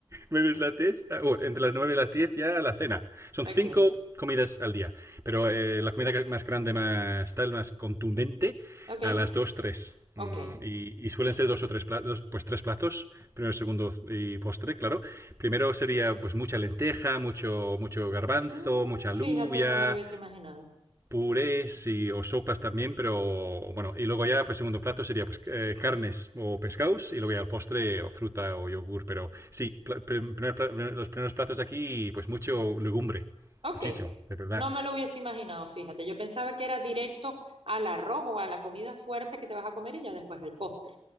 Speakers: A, on the right; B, on the right.
A: 9 las 10 uh, entre las 9 y las 10 ya la cena. Son
B: Ok,
A: 5 comidas al día. Pero eh, la comida más grande, más tal, más contundente,
B: ok,
A: a las 2 tres
B: ok.
A: Mm, y, y, suelen ser dos o tres platos, pues tres platos, primero, segundo y postre, claro. Primero sería pues mucha lenteja, mucho, mucho garbanzo,
B: Mm,
A: mucha alubia,
B: fíjate, no me lo hubiese imaginado.
A: purés y, o sopas también, pero bueno, y luego ya, pues segundo plato sería pues, eh, carnes o pescados y luego ya el postre o fruta o yogur, pero sí, pla- prim- primer los primeros platos aquí, pues mucho legumbre,
B: Ok,
A: muchísimo, de verdad.
B: no me lo hubiese imaginado, fíjate. Yo pensaba que era directo al arroz o a la comida fuerte que te vas a comer y ya después el postre.